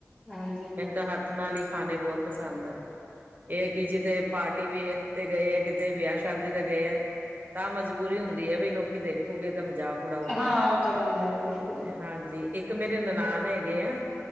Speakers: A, on the left; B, on the right.
A: ਹਾਂਜੀ
B: ਮੈਨੂੰ ਤਾਂ ਹੱਥ ਨਾਲ ਹੀ ਖਾਣੇ ਬਹੁਤ ਪਸੰਦ ਹੈ ਇਹ ਕਿ ਜਿੱਥੇ ਪਾਰਟੀ ਵੀ ਤੇ ਗਏ ਹੈ ਕਿਤੇ ਵਿਆਹ ਸ਼ਾਦੀ ਤੇ ਗਏ ਹੈ ਤਾਂ ਮਜਬੂਰੀ ਹੁੰਦੀ ਹੈ ਵੀ ਲੋਕੀ ਦੇਖੂਗੇ ਤਾਂ ਮਜ਼ਾਕ ਥੋੜਾ ਹੋ ਗਿਆ
A: ਹਾਂ ਉਹ ਤਾਂ ਗੱਲ ਹੈ ਬਿਲਕੁਲ
B: ਹਾਂਜੀ ਇੱਕ ਇੱਕ ਮੇਰੇ ਨਨਾਾਨ ਹੈਗੇ ਆ